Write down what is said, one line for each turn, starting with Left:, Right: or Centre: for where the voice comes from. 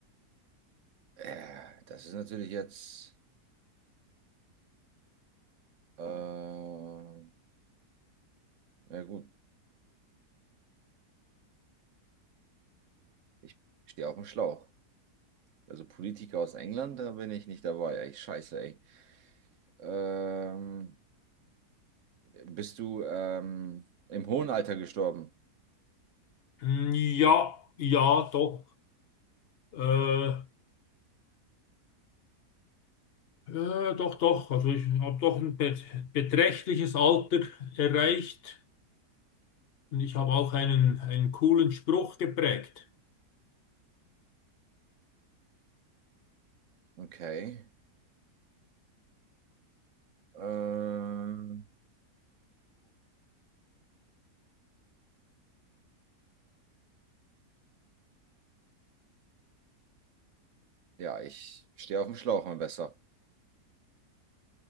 Right: Äh, das ist natürlich jetzt, äh, ja gut, ich stehe auf dem Schlauch. Also Politiker aus England, da bin ich nicht dabei. Ey, scheiße, ey. Ähm, bist du ähm, im hohen Alter gestorben?
Left: Hm, Ja, ja, doch, äh, äh, doch, doch. Also ich habe doch ein bet- beträchtliches Alter erreicht und ich habe auch einen, einen coolen Spruch geprägt.
Right: Okay. Ähm, Ja, ich stehe auf dem Schlauch, mein Bester.